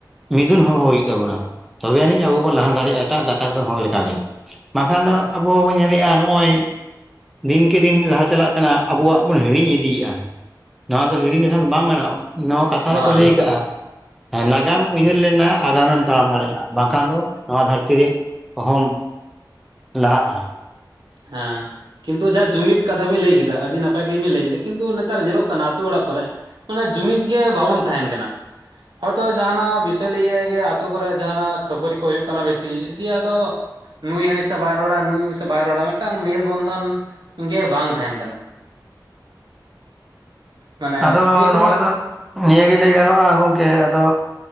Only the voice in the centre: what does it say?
ᱢᱤᱫᱩᱱ ᱦᱚᱦᱚ ᱦᱩᱭᱩᱜ ᱛᱟᱵᱚᱱᱟ ᱛᱚᱵᱮ ᱟᱹᱱᱤᱡ ᱟᱵᱚ ᱵᱚᱱ ᱞᱟᱦᱟ ᱫᱟᱲᱮᱭᱟᱜᱼᱟ ᱮᱴᱟᱜ ᱜᱟᱛᱟᱠ ᱨᱮᱱ ᱦᱚᱲ ᱞᱮᱠᱟᱜᱮ᱾ ᱵᱟᱝᱠᱷᱟᱱ ᱫᱚ ᱟᱵᱚ ᱦᱚᱵᱚᱱ ᱧᱮᱞᱮᱜᱼᱟ ᱱᱚᱜᱼᱚᱭ ᱫᱤᱱᱠᱮ ᱫᱤᱱ ᱞᱟᱦᱟ ᱪᱟᱞᱟᱜ ᱠᱟᱱᱟ ᱟᱵᱚᱣᱟᱜ ᱵᱚᱱ ᱦᱤᱲᱤᱧ ᱤᱫᱤᱭᱮᱫᱼᱟ ᱱᱚᱣᱟ ᱫᱚ ᱦᱤᱲᱤᱧ ᱞᱮᱠᱷᱟᱱ ᱫᱚ ᱵᱟᱝ ᱜᱟᱱᱚᱜᱼᱟ ᱱᱚᱣᱟ ᱠᱟᱛᱷ ᱚᱱᱮ
ᱠᱚ ᱞᱟᱹᱭ ᱠᱟᱜᱼᱟ᱾ ᱦᱮᱸ ᱱᱟᱜᱟᱢ ᱩᱭᱦᱟᱹᱨ ᱞᱮᱱᱟ ᱟᱜᱟᱢᱮᱢ ᱛᱟᱲᱟᱢ ᱫᱟᱲᱮᱭᱟᱜᱼᱟ ᱵᱟᱝᱠᱷᱟᱱ ᱫᱚ ᱱᱚᱣᱟ ᱫᱷᱟᱹᱨᱛᱤ ᱨᱮ ᱚᱦᱚᱢ ᱞᱟᱦᱟᱜᱼᱟ᱾
ᱟᱫᱚ
ᱱᱚᱰᱮ ᱫᱚ ᱱᱤᱭᱟᱹᱟᱹᱜᱮ ᱞᱟᱹᱭ ᱜᱟᱱᱚᱜᱼᱟ ᱜᱚᱝᱠᱮ ᱟᱫᱚ